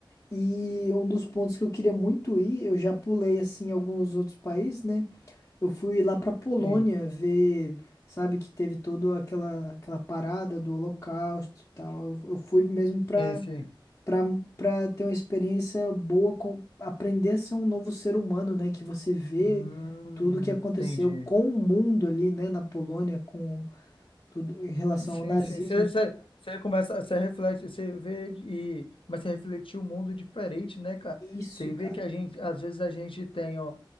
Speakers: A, on the left; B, on the left.
A: E um dos pontos que eu queria muito ir, eu já pulei assim em alguns outros países, né? Eu fui lá pra Polônia
B: Sim,
A: ver, sabe, que teve toda aquela, aquela parada do Holocausto e tal. Eu, eu fui mesmo pra,
B: sim, sim.
A: pra, pra ter uma experiência boa, com, aprender a ser um novo ser humano, né? Que você vê
B: Hum,
A: tudo que aconteceu
B: entendi.
A: com o mundo ali, né, na Polônia, com tudo em relação
B: Sim,
A: ao nazismo.
B: sim. Você, você, você começa, você reflete, você vê e mas você refletir o mundo diferente, né, cara?
A: Isso,
B: Você
A: cara,
B: vê que a gente, às vezes a gente tem, ó,